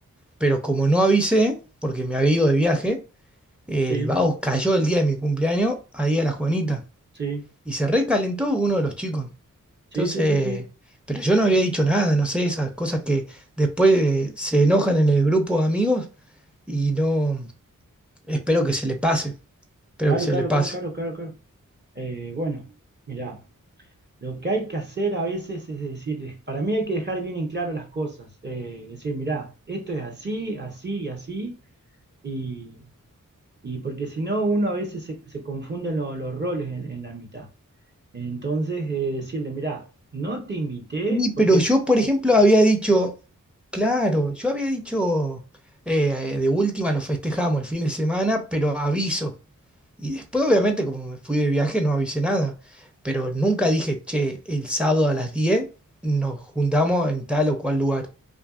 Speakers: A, in the centre; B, on the right (about 35°).
A: Pero como no avisé, porque me había ido de viaje, el
B: Sí,
A: vago cayó el día de mi cumpleaños ahí a la Juanita.
B: sí,
A: Y se recalentó uno de los chicos.
B: sí,
A: Entonces,
B: sí, sí, sí.
A: pero yo no había dicho nada, no sé, esas cosas que después eh, se enojan en el grupo de amigos y no, espero que se le pase. Espero
B: Claro,
A: que se
B: claro,
A: le pase.
B: claro, claro, claro, claro. Eh, bueno, mirá, lo que hay que hacer a veces es decir, para mí hay que dejar bien en claro las cosas. eh, decir, mirá, esto es así, así y así, y, y porque si no, uno a veces se, se confunden lo- los roles en, en la mitad. Entonces, eh, decirle, mirá, no te invité
A: Y, pero
B: porque...
A: yo, por ejemplo, había dicho, claro, yo había dicho, eh, eh, de última lo festejamos el fin de semana, pero aviso. Y después, obviamente, como me fui de viaje, no avisé nada. Pero nunca dije, che, el sábado a las 10 nos juntamos en tal o cual lugar.